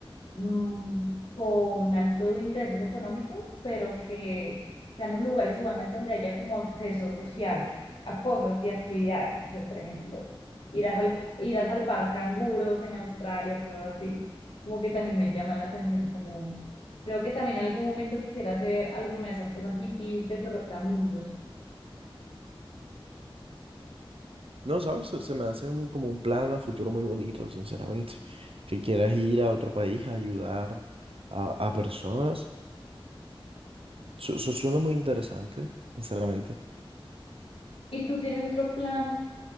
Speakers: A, on the left (about 75°); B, on the right (about 75°).
A: mm, con altos ingresos económicos, pero que sean los lugares igualmente donde haya como acceso social a cosas y actividades. No sé, por ejemplo, irás al, irás al par canguros en Australia, cosas así. Como que también me llama la atención, como creo que también en algún momento quisiera hacer alguna de esas cosas hippies de trotamundos.
B: No, ¿sabes? Se se me hace un- como un plan a futuro muy bonito, sinceramente. Que quieras ir a otro país a ayudar a, a personas. Eso eso suena muy interesante, sinceramente.
A: ¿Y tú tienes otro plan